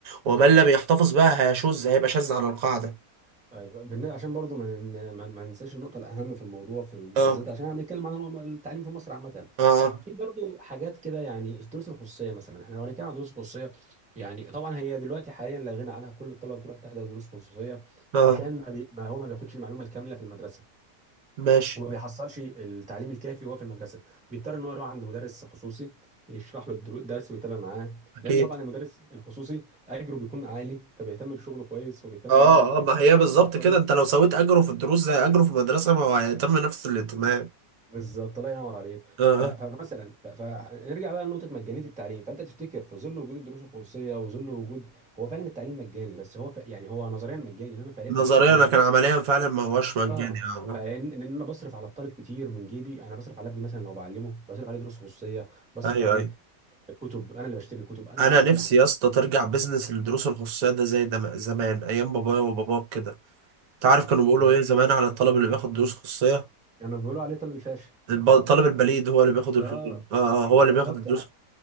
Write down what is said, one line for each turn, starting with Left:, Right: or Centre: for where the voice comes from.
Right: ومن لم يحتفظ بها هيشذ هيبقى شاذ عن القاعدة
Centre: طيب بالن- عشان برضو ما نن- ما ما ننساش النقطه الاهم في الموضوع في بالذات
Right: اه
Centre: عشان احنا بنتكلم عن الم- التعليم في مصر عامه
Right: اه اه
Centre: في برضو حاجات كده يعني الدروس الخصوصيه مثلا احنا لو هنتكلم عن دروس خصوصيه يعني طبعا هي دلوقتي حاليا لا غنى عنها كل الطلبه بتروح تحضر دروس خصوصيه
Right: آه،
Centre: عشان ما, بي... ما هو ما بياخدش المعلومه الكامله في المدرسه
Right: ماشي
Centre: وما بيحصلش التعليم الكافي وهو في المدرسه بيضطر ان هو يروح عند مدرس خصوصي يشرح له الدرو- الدرس ويتابع معاه
Right: اكيد
Centre: لان طبعا المدرس الخصوصي اجره بيكون عالي فبيهتم بشغله كويس وبيهتم
Right: اه
Centre: ان هو يفيد
Right: اه ما هي بالظبط
Centre: الطالب
Right: كده انت لو سويت اجره في الدروس زي اجره في المدرسه ما هو هيتم نفس الاهتمام
Centre: بالظبط الله ينور عليك ف-
Right: اه اه
Centre: ف- فمثلا ف- فنرجع بقى لنقطه مجانيه التعليم فانت تفتكر في ظل وجود الدروس الخصوصيه وظل وجود هو فعلا التعليم مجاني بس هو ف... يعني هو نظريا مجاني انما فعليا
Right: نظريا
Centre: هو مش مجاني
Right: لكن
Centre: لان
Right: عمليا فعلا ما هوش مجاني
Centre: اه
Right: اه
Centre: فان ان انا بصرف على الطالب كتير من جيبي انا بصرف على ابني مثلا لو بعلمه بصرف عليه دروس خصوصيه بصرف
Right: اه ايوه
Centre: عليه
Right: ايوه
Centre: كتب انا اللي بشتري الكتب انا اللي
Right: انا
Centre: بعمل
Right: نفسي
Centre: كل حاجه
Right: يا اسطى ترجع بزنس الدروس الخصوصيه ده زي دم... زمان ايام بابايا وباباك كده انت عارف كانوا بيقولوا
Centre: لو
Right: ايه زمان على الطالب اللي بياخد دروس خصوصيه
Centre: يعني بيقولوا عليه طالب فاشل
Right: الب- الطالب البليد هو اللي بياخد
Centre: اه
Right: الف... اه آه، هو
Centre: بالظبط
Right: اللي بياخد الدروس
Centre: انا